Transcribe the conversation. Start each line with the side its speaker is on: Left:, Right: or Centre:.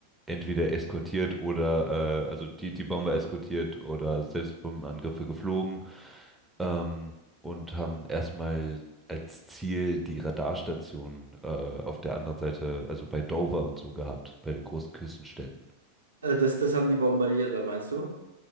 Centre: entweder eskortiert oder, äh, also die, die Bomber eskortiert oder selbst Bombenangriffe geflogen ähm, und haben erstmal als Ziel die Radarstation äh, auf der anderen Seite, also bei Dover und so gehabt, bei den großen Küstenstädten.
Right: Äh, das, das haben die bombardiert, da meinst du?